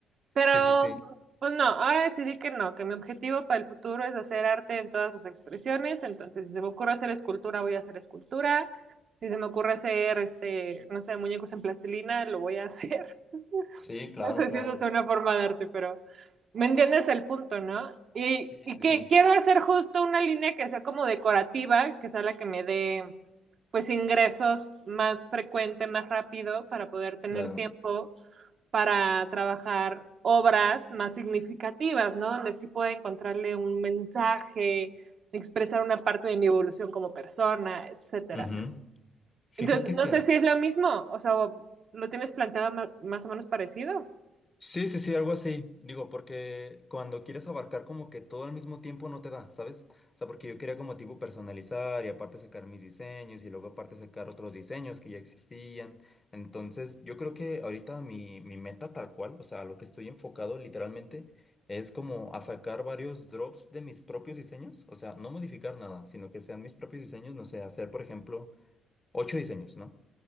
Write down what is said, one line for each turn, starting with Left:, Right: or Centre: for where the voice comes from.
Right: Pero
Left: sí, sí, sí.
Right: pues no, ahora decidí que no, que mi objetivo para el futuro es hacer arte en todas sus expresiones. Entonces, si se me ocurre hacer escultura, voy a hacer escultura. Si se me ocurre hacer, este, no sé, muñecos en plastilina, lo voy a <laughs> hacer.
Left: Sí, claro,
Right: No sé
Left: claro.
Right: si eso es una forma de arte, pero me entiendes el punto, ¿no? Y,
Left: Sí,
Right: y
Left: sí,
Right: que
Left: sí,
Right: quiero hacer justo una línea que sea como decorativa, que sea la que me dé pues ingresos más frecuente, más rápido, para poder tener
Left: claro.
Right: tiempo para trabajar obras más significativas, ¿no? Donde sí pueda encontrarle un mensaje, expresar una parte de mi evolución como persona, etcétera.
Left: Ujú. Fíjate
Right: Entonces, no
Left: que
Right: sé si es lo mismo, o sea, ¿lo tienes planteado ma- más o menos parecido?
Left: Sí, sí, sí, algo así. Digo, porque cuando quieres abarcar como que todo al mismo tiempo no te da, ¿sabes? O sea, porque yo quería como tipo personalizar y aparte sacar mis diseños y luego aparte sacar otros diseños que ya existían. Entonces, yo creo que ahorita mi, mi meta tal cual, o sea, lo que estoy enfocado literalmente es como a sacar varios drops de mis propios diseños. O sea, no modificar nada, sino que sean mis propios diseños, no sé, hacer, por ejemplo, ocho diseños, ¿no?